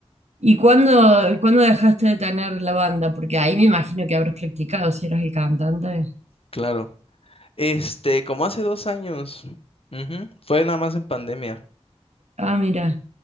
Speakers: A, on the right; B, on the left.
A: ¿Y cuándo, cuándo dejaste de tener la banda? Porque ahí me imagino que habrás practicado si eras el cantante.
B: Claro. Este, como hace dos años, ujú, fue nada más en pandemia.
A: Ah, mira.